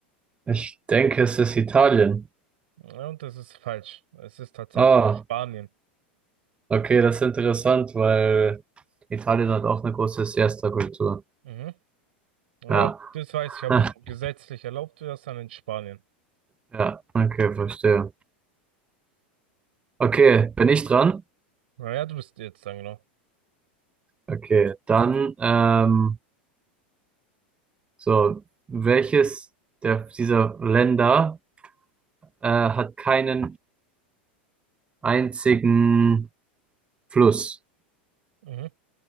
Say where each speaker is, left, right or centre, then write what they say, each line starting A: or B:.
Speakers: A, on the right (about 20°); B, on the right (about 70°).
A: Ich denke, es ist Italien.
B: Ja, und das ist falsch. Es ist tatsächlich
A: Ah,
B: Spanien.
A: okay, das ist interessant, weil Italien hat auch eine große Siesta-Kultur.
B: Mhm. Ja,
A: Ja, <laughs>
B: das weiß ich, aber so gesetzlich erlaubt wird das dann in Spanien.
A: ja, okay, verstehe. Okay, bin ich dran?
B: Naja, du bist jetzt dann genau.
A: Okay, dann, ähm, so, welches der, dieser Länder äh, hat keinen einzigen Fluss?
B: Mhm.